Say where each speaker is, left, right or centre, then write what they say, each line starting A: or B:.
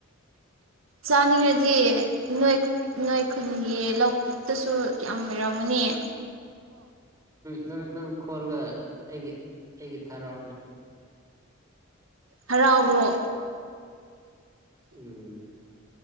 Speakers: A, on the right (about 80°); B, on the right (about 15°).
A: ꯆꯥꯅꯤꯡꯉꯗꯤ ꯅꯣꯏ ꯅꯣꯏ ꯈꯨꯟꯒꯤ ꯂꯧ ꯄꯨꯨꯛꯇꯁꯨ ꯌꯥꯝ ꯂꯩꯔꯝꯃꯅꯤ ꯌꯦ
B: ꯅꯪ ꯅꯪ ꯈꯣꯂꯒ ꯑꯩꯒꯤ ꯑꯩꯒꯤ ꯊꯥꯔꯛꯑꯣꯅꯦ
A: ꯍꯔꯥꯎꯕ꯭ꯔꯣ
B: ꯎꯝ